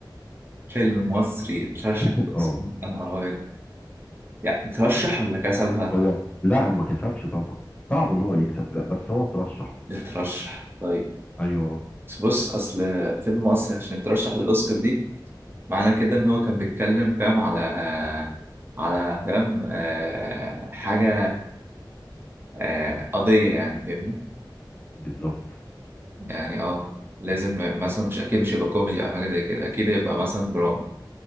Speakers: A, on the right; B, on the left.
A: فيلم مصري ترشح
B: <laughs> اه
A: انا ابيض يعني ترشح ولا كسب
B: هو لا ما كسبش طبعا صعب ان هو يكسب لا بس هو ترشح
A: يترشح طيب
B: ايوه
A: بس بص اصل فيلم مصري عشان يترشح للاوسكار دي معنى كده ان هو كان بيتكلم فاهم على آه على فاهم آه، حاجه آه، قضيه يعني فاهمني
B: بالظبط
A: يعني اه لازم مثلا مش اكيد مش هيبقى كوميدي او حاجه زي كده اكيد هيبقى مثلا دراما